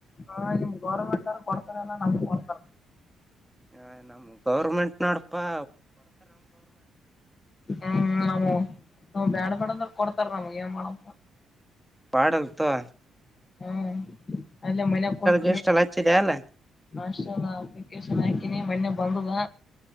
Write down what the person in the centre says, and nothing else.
ಹಾ ನಮ್ ಗೌರ್ಮೆಂಟ್ನವ್ರಪಾ
ಪಾಡಲ್ ತೋ
ಗಿಸ್ಟೆಲ್ ಹಚ್ಚಿದೆ ಅಲ್ಲ